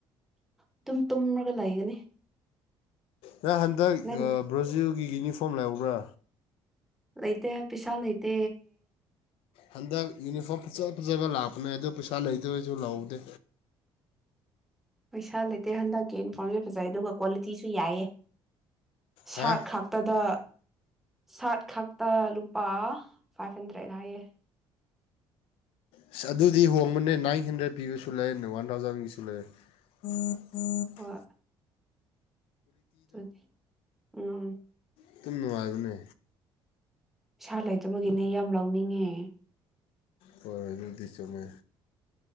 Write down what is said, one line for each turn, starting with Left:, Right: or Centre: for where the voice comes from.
Centre: ꯑꯗꯨꯝ ꯇꯨꯝ ꯂꯩꯒꯅꯤ
Left: ꯅ ꯍꯟꯗꯛ
Centre: ꯅꯪ
Left: ꯕ꯭ꯔꯣꯖꯤꯜꯒꯤ ꯌꯨꯅꯤꯐꯣꯝ ꯂꯩꯍꯧꯕ꯭ꯔꯥ
Centre: ꯂꯩꯇ ꯄꯩꯁꯥ ꯂꯩꯇ
Left: ꯍꯟꯗꯛ ꯌꯨꯅꯤꯐꯣꯔꯝ ꯐꯖ ꯐꯖꯕ ꯂꯥꯛꯄꯅꯦ ꯑꯗꯨꯗꯣ ꯄꯩꯁꯥ ꯂꯩꯇ꯭ꯔꯁꯨ ꯂꯧꯍꯧꯗꯦ
Centre: ꯄꯩꯁꯥ ꯂꯩꯇꯦ ꯍꯟꯗꯛꯀꯤ ꯏꯟꯐꯣꯔꯝꯁꯦ ꯐꯖꯩ ꯑꯗꯨꯒ ꯀ꯭ꯋꯥꯂꯤꯇꯤꯁꯨ ꯌꯥꯏꯑꯦ ꯁꯥꯔꯠ
Left: ꯍꯥ
Centre: ꯈꯥꯛꯛꯇꯗ ꯁꯥꯔꯠ ꯈꯛꯇ ꯂꯨꯄꯥ ꯐꯥꯏꯚ ꯍꯟꯗ꯭ꯔꯦꯗ ꯍꯥꯏꯌꯦ
Left: ꯑꯁ ꯑꯗꯨꯗꯤ ꯍꯣꯡꯕꯅꯦ ꯅꯥꯏꯟ ꯍꯟꯗ꯭ꯔꯦꯗ ꯄꯤꯕꯁꯨ ꯂꯩꯔꯦꯅꯦ ꯋꯥꯟ ꯊꯥꯎꯖꯟꯒꯤꯁꯨ ꯂꯩꯔꯦ <unintelligible>
Centre: ꯍꯣꯏ <unintelligible> ꯎꯝ
Left: ꯑꯗꯨꯝ ꯅꯨꯡꯉꯥꯏꯕꯅꯦ
Centre: ꯄꯩꯁꯥ ꯂꯩꯇꯕꯒꯤꯅꯦ ꯌꯥꯝ ꯂꯧꯅꯤꯡꯉꯦ
Left: ꯍꯣꯏ ꯑꯗꯨꯗꯤ ꯆꯨꯝꯃꯦ